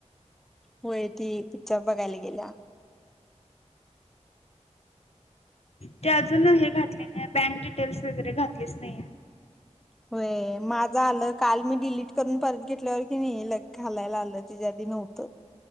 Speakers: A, in the centre; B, on the left.
A: होय. ती पिक्चर बघायला गेल्या.
B: ती अजून हे घातले नाही. बँक डिटेल्स वगैरे घातलेच नाही.
A: होय माझं आलं काल मी डिलीट करून परत घेतल्यावर की नाही लग घालायला आलं तिच्या आधी नव्हतं